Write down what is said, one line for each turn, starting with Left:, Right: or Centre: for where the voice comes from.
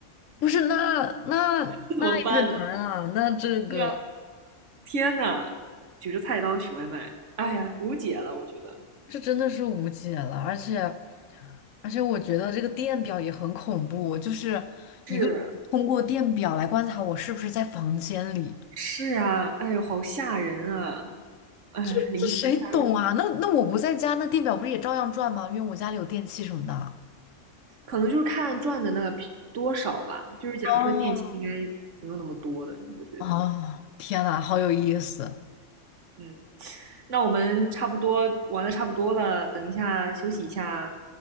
Left: 不是，那那那也很难啊，
Right: 这怎么办呢？
Left: 那这个。
Right: 对啊，天呐，举着菜刀取外卖，哎呀，无解了，我觉得。
Left: 这真的是无解了，而且，而且我觉得这个电表也很恐怖，就是一个人通过电表来观察我是不是在房间里，
Right: 是是呀，哎呦，好吓人啊！哎，
Left: 这这谁懂啊？
Right: 零食吓人
Left: 那那我不在家，那电表不是也照样转吗？因为我家里有电器什么的。
Right: 可能就是看赚的那个比多少吧。就是假设电器应该没有那么多的，
Left: 哦，
Right: 我觉得。
Left: 哦，天呐，好有意思，
Right: 嗯嗯，那我们差不多玩的差不多了，等一下休息一下啊，